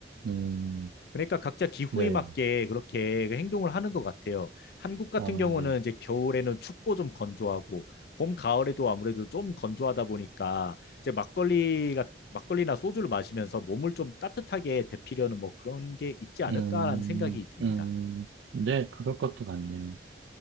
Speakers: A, on the right; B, on the left.
A: 음,
B: 그러니까 각자 기후에
A: 네,
B: 맞게 그렇게 행동을 하는 것 같아요. 한국 같은
A: 아,
B: 경우는
A: 네.
B: 이제 겨울에는 춥고 좀 건조하고 봄, 가을에도 아무래도 좀 건조하다 보니까 이제 막걸리가 막걸리나 소주를 마시면서 몸을 좀 따뜻하게 데피려는 뭐 그런 게 있지 않을까라는
A: 음,
B: 생각이 듭니다.
A: 음, 네, 그럴 것도 같네요.